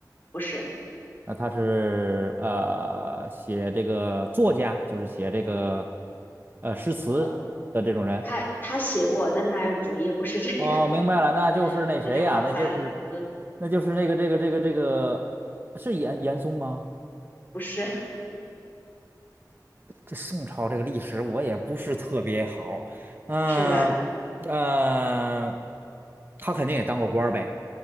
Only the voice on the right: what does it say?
那他是呃，写这个作家，就是写这个呃诗词的这种人。
哦，明白了，
那就是那谁呀？
那就是
那就是那个这个这个这个是严严嵩吗？
这宋朝这个历史我也不是特别好，嗯
呃，他肯定也当过官儿呗，